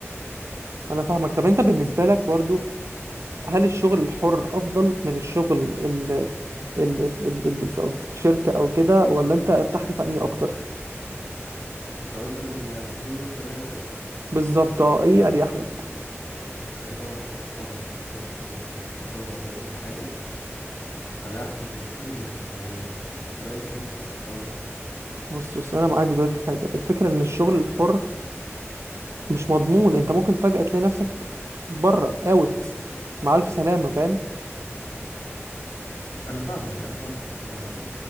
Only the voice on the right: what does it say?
انا فاهمك طب انت بالنسبة لك برضو هل الشغل الحر افضل من الشغل ال ال ال ال ال- في شركة او كده ولا انت ارتحت في انهي اكتر
بالظبط اه ايه اريح لك؟
بص بص انا معاك دلوقتي في حاجه الفكره ان الشغل الحر مش مضمون انت ممكن فجاه تلاقي نفسك بره اوت مع الف سلامه فاهم